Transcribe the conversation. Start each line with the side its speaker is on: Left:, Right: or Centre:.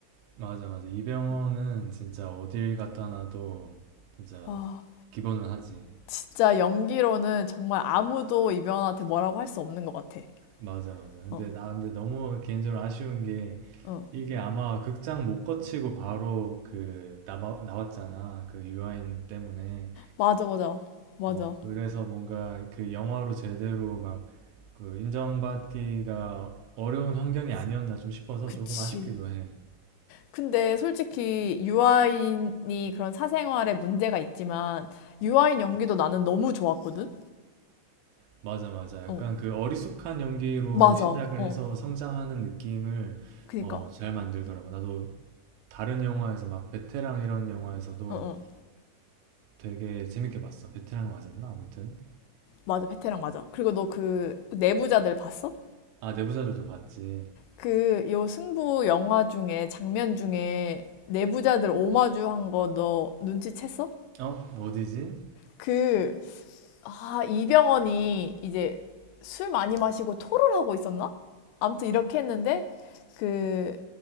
Right: 맞아, 맞아. 이병헌은 진짜 어딜 갖다 놔도 진짜
Left: 와,
Right: 기본은 하지.
Left: 진짜 연기로는 정말 아무도 이병헌한테 뭐라고 할 수 없는 것 같아.
Right: 맞아, 맞아. 근데
Left: 어,
Right: 나 근데 너무 개인적으로 아쉬운 게
Left: 어.
Right: 이게 아마 극장 못 거치고 바로 그 나와, 나왔잖아. 그 유아인 때문에.
Left: 맞아, 맞아, 맞아.
Right: 어, 그래서 뭔가 그 영화로 제대로 막 그 인정받기가 어려운 환경이 아니었나 좀 싶어서
Left: 그치.
Right: 조금 아쉽기도 해.
Left: 근데 솔직히 유아인이 그런 사생활에 문제가 있지만 유아인 연기도 나는 너무 좋았거든?
Right: 맞아, 맞아. 약간
Left: 어,
Right: 그 어리숙한 연기로
Left: 맞아.
Right: 시작을
Left: 어,
Right: 해서 성장하는 느낌을
Left: 그니까.
Right: 어, 잘 만들더라고. 나도 다른 영화에서 막 베테랑 이런 영화에서도
Left: 어, 어.
Right: 되게 재밌게 봤어. 베테랑 맞았나? 아무튼.
Left: 맞아, 베테랑 맞아. 그리고 너 그 내부자들 봤어?
Right: 아, 내부자들도 봤지.
Left: 그 요 승부 영화 중에 장면 중에 내부자들 오마주 한 거 너 눈치챘어?
Right: 어? 뭐 어디지?
Left: 그 아, 이병헌이 이제 술 많이 마시고 토를 하고 있었나? 아무튼 이렇게 했는데 그